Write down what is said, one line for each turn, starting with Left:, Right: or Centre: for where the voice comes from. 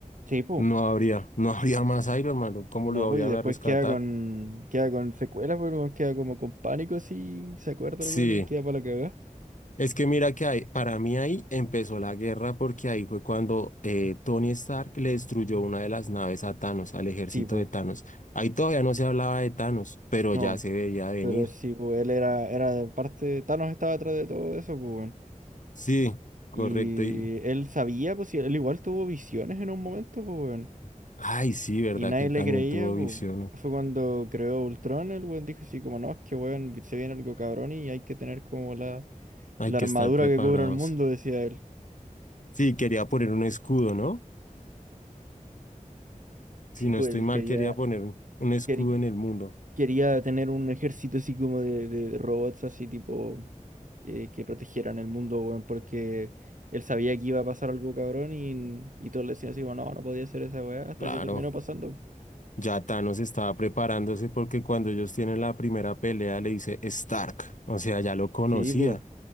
Right: sí, pues,
Left: no habría, no habría más Iron Man, ¿no? ¿cómo
Right: no,
Left: lo
Right: pues,
Left: iban
Right: y después
Left: a rescatar?
Right: queda con, queda con secuelas, pues, weón, queda como con pánico, si se acuerda
Left: Sí.
Right: el weón y queda para la cagada,
Left: Es que mira que ahí- para mí ahí empezó la guerra porque ahí fue cuando eh, Tony Stark le destruyó una de las naves a Thanos, al ejército
Right: sí, pues,
Left: de Thanos. Ahí todavía no se hablaba de Thanos, pero
Right: no,
Left: ya se veía venir.
Right: pero sí, pues, él era, era parte, Thanos estaba atrás de todo eso, pues, weón,
Left: Sí, correcto.
Right: y
Left: Y,
Right: él sabía, pues, si él igual tuvo visiones en un momento, pues, weón.
Left: ay, sí, verdad
Right: Y nadie
Left: que él
Right: le
Left: también
Right: creía,
Left: tuvo
Right: po.
Left: visiones.
Right: Fue cuando creó Ultron, el weón dijo así como, no, es que weón, se viene algo cabrón y hay que tener como la,
Left: Hay
Right: la
Left: que
Right: armadura
Left: estar preparados.
Right: que cubra el mundo, decía él.
Left: Sí, quería poner un escudo, ¿no? Si
Right: Sí,
Left: no
Right: pues
Left: estoy
Right: él
Left: mal,
Right: quería,
Left: quería poner un un escudo
Right: queri-
Left: en el mundo.
Right: quería tener un ejército así como de, de robots así tipo eh, que protegieran el mundo, weón, porque él sabía que iba a pasar algo cabrón y, y todos le decían así, bueno, no, no podía ser esa weá hasta
Left: Claro.
Right: que terminó pasando.
Left: Ya Thanos estaba preparándose porque cuando ellos tienen la primera pelea le dice Stark, o sea, ya lo conocía.
Right: Sí, pues.